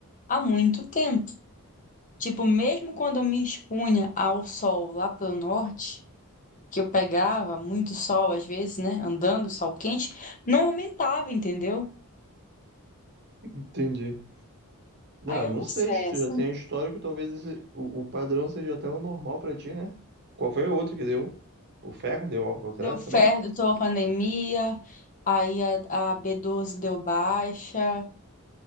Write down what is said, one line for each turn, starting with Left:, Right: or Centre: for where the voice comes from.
Left: há muito tempo. Tipo, mesmo quando eu me expunha ao sol lá pelo norte, que eu pegava muito sol às vezes, né? Andando, sol quente, não aumentava, entendeu?
Right: Entendi. Não,
Left: Aí
Right: eu
Left: eu
Right: não
Left: não
Right: sei
Left: sei,
Right: se tu
Left: assim,
Right: já tem histórico, talvez esse- o, o padrão seja até o normal pra ti, né? Qual foi o outro que deu? O ferro deu ao contrário
Left: deu ferro,
Right: também?
Left: a anemia, aí a, a b doze deu baixa,